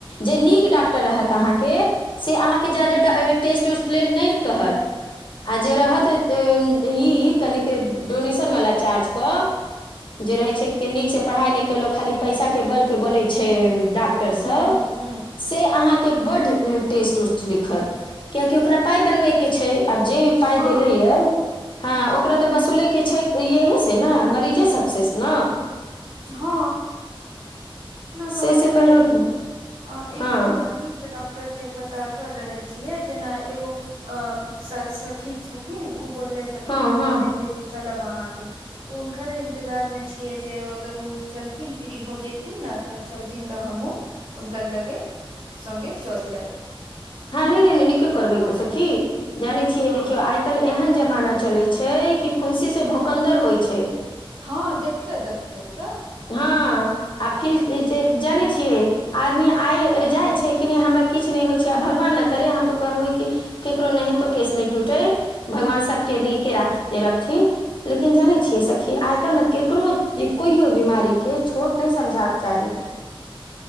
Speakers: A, on the left (about 55°); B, on the right (about 70°).
A: जे नीक डाक्टर रहत अहाँके से अहाँके ज्यादे ट टेस्ट उस्ट लेल नहि कहत आ जे रहत तऽ ई कनिक डोनेशनवला चार्जके जे रहे छै के नीक से पढ़ाई न केलक खाली पैसा के बल पे बने छैएम डाक्टर
B: हूँ
A: सब
B: हूँ हूँ
A: से अहाँके बड्ड टेस्ट उस्ट लिखत कियाकि ओकरा पाइ बनबैके छै आब जे पाय
B: हँ
A: देेलैय ह ओकरा तऽ वसूलेके छै यहिं सऽ ने मरीजे सब सऽ न
B: ह न
A: से
B: तऽ हमे
A: से
B: भी
A: कहलहु
B: एक उम्म आँ एक
A: हँ
B: निक डॉक्टर के पता कर रहैल छियै जेना एगो आँ सऽ सखी छथिन उ बोललेै छथिन
A: हँ
B: कऽ
A: हँ
B: हम्मे लेके चलब अहाँ के तऽ उनखरे इंतजार मे छियै जे अगर उ चलथिन फ्री होय जैथिन ने तऽ चलथिन तऽ हमहु हुनकर लगे संगे चलि जाएब
A: ह नहि नहि नहि नीके करबै क
B: लेब
A: सखी जानै छियै
B: हँ
A: देखियौ आय कऽ एल एहन जमाना चलै छै कि फुंसी सऽ भोखन्दर होय छै
B: ह देखतै देखतै तऽ
A: ह आ फिर जे जानै छियै आदमी आए जाय छै कि नहि हमरा किछ नहि होय छै किया भगवान नऽ करे हम तो कहबै कि केकरो नैहेतो
B: हँ
A: केश नय टूटेै भगवान सबके नीके रा रखथिन लेकिन जानै छियै सखी आइ क काइल नऽ केकरो कोइयो बीमारी केँ छोट नइ समझाक चाही
B: <inaudible>